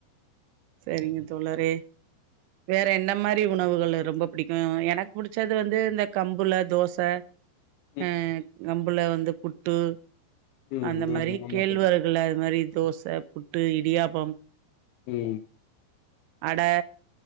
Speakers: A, on the right; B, on the left.
A: செரிங்க தோழரே வேற என்ன மாரி உணவுகள் ரொம்ப புடிக்கு எனக்கு புடிச்சது வந்து இந்த கம்புல தோச
B: <inaudible>
A: ஹ கம்புல வந்து புட்டு
B: ம்
A: அந்த மாரி
B: ஆமா ஆமா
A: கேழ்வரகு
B: தோழி
A: ல அது மாரி தோச புட்டு இடியாப்பம்
B: ம்
A: அட